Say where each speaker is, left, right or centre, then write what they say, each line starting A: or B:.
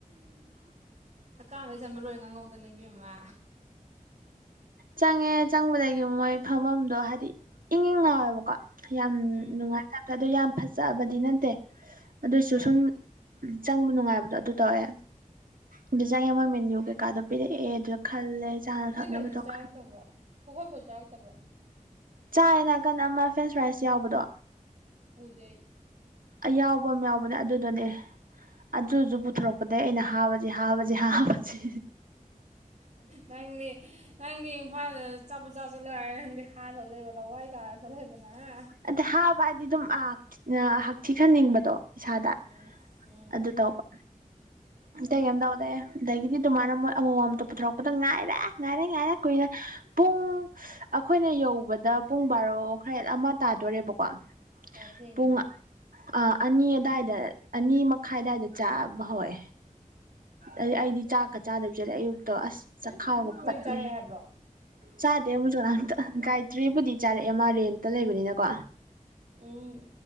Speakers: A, on the right (about 60°); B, on the right (about 80°).
A: ꯍꯀꯥꯝ ꯆꯟꯕ ꯂꯣꯏꯔ ꯉꯥꯡꯉꯛꯎꯗꯅ ꯏꯕꯦꯝꯃꯥ
B: ꯆꯪꯉꯦ ꯆꯪꯕꯗꯩꯗꯤ ꯃꯣꯏ ꯐꯝꯕꯝꯗꯣ ꯍꯥꯏꯗꯤ ꯏꯪ ꯏꯪ ꯂꯥꯎꯋꯦꯕꯀꯣ ꯌꯥꯝ
A: ꯎꯝ
B: ꯅꯨꯡꯉꯥꯏ ꯇꯥꯞꯇ ꯑꯗꯨ ꯌꯥꯝ ꯐꯖꯕꯗꯤ ꯅꯠꯇꯦ ꯑꯗꯨꯏꯁꯨ
A: ꯍꯣꯏ
B: ꯁꯨꯝ ꯆꯪꯕ ꯅꯨꯡꯉꯥꯏꯕꯗꯣ ꯑꯗꯨ ꯇꯧꯋꯦ ꯑꯗꯨ ꯆꯪꯉꯦ ꯃꯣꯏ ꯃꯦꯅ꯭ꯌꯨ ꯀꯩꯀꯥꯗꯣ ꯄꯤꯔꯛꯑꯦ ꯑꯗꯨꯗ ꯈꯜꯂꯦ ꯆꯥꯅ
A: ꯅꯣꯏ
B: ꯊꯛꯅꯕꯗꯣ
A: ꯀꯩꯅꯣꯗꯤ ꯆꯥꯔꯛꯇꯕ꯭ꯔꯣ
B: ꯈꯟ
A: <inaudible>
B: ꯆꯥꯏꯌꯦ ꯅꯥꯀꯟ ꯑꯃ ꯐ꯭ꯔꯦꯟꯁ ꯐꯔꯥꯏꯁ ꯌꯥꯎꯕꯗꯣ
A: ꯎꯗꯦ ꯑꯩ
B: ꯑꯌꯥꯎꯕ ꯑꯝ ꯌꯥꯎꯕꯅꯦ ꯑꯗꯨꯗꯣꯅꯦ ꯑꯗꯨꯖꯨ ꯄꯨꯊꯣꯔꯛꯄꯗꯩ ꯑꯩꯅ ꯍꯥꯕꯖꯤ ꯍꯥꯕꯖꯤ ꯍꯥꯕꯖꯤ
A: ꯅꯪꯗꯤ ꯅꯪꯗꯤ ꯏꯝꯐꯥꯜꯗ ꯆꯥꯄ ꯆꯥ ꯆꯠꯂꯣ ꯍꯥꯏꯔ ꯅꯪꯗꯤ ꯍꯥ ꯊꯣꯏꯂꯛꯏꯕ ꯂꯋꯥꯏ ꯇꯥꯔ ꯊꯣꯛꯂꯛꯏꯕ ꯅ ꯍꯥ
B: ꯑꯇ ꯍꯥꯕ ꯍꯥꯏꯗꯤ ꯗꯨꯝ ꯑ ꯍꯛꯊꯤꯈꯟꯅꯤꯡꯕꯗꯣ ꯏꯁꯥꯗ
A: ꯎꯝ ꯎꯝ
B: ꯑꯗꯨ ꯇꯧꯕ ꯑꯇꯩ ꯀꯦꯝ ꯇꯧꯗꯦ ꯗꯒꯤꯗꯤ ꯗꯨꯃꯥꯏꯅ ꯑꯃꯃꯝꯇ ꯄꯨꯊꯔꯛꯄꯗ ꯉꯥꯏꯔꯦ ꯉꯥꯏꯔꯦ ꯉꯥꯏꯔꯦ ꯀꯨꯏꯔꯦ ꯄꯨꯡ ꯑꯈꯣꯏꯅ ꯌꯧꯕꯗ ꯄꯨꯡ ꯕꯥꯔꯣ ꯈꯔ ꯑꯃ ꯇꯥꯗꯣꯔꯦꯕꯀꯣ
A: ꯑꯥ ꯊꯦꯡꯉꯦꯅꯦ
B: ꯄꯨꯡ ꯑ ꯑꯅꯤ ꯑꯗꯥꯏꯗ ꯑꯅꯤ ꯃꯈꯥꯏ ꯑꯗꯥꯏꯗ ꯆꯥꯕ ꯍꯧꯋꯦ ꯑꯩ ꯑꯩꯗꯤ ꯆꯥꯛꯀ ꯆꯥꯗꯕꯤ ꯆꯠꯂꯦ ꯑꯌꯨꯛꯇꯣ ꯆꯥꯛꯈꯥꯎꯒ
A: ꯃꯣꯏꯗꯤ
B: ꯄꯠꯂꯦꯍꯦ
A: ꯆꯥꯔꯛꯑꯦ ꯍꯥꯏꯕ꯭ꯔꯣ
B: ꯆꯥꯗꯦ ꯃꯣꯏꯁꯨ ꯀꯅꯝꯇ ꯒꯥꯏꯇ꯭ꯔꯤꯕꯨꯗꯤ ꯆꯥꯔꯛꯑꯦ ꯃꯥ ꯔꯦꯟꯇ ꯂꯩꯕꯅꯤꯅꯀꯣ
A: ꯎꯝ